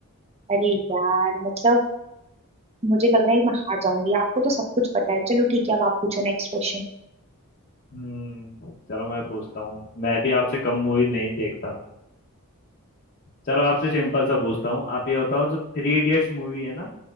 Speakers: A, on the right; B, on the left.
A: अरे यार मतलब मुझे लग रहा है मैं हार जाऊंगी आपको तो सब कुछ पता है चलो ठीक है अब आप पूछो नेक्स्ट क्वेश्चन
B: हम्म चलो मैं पूछता हूँ मैं भी आपसे कम मूवी नहीं देखता चलो आपसे सिंपल सा पूछता हूँ आप ये बताओ जो थ्री इडियट्स मूवी है ना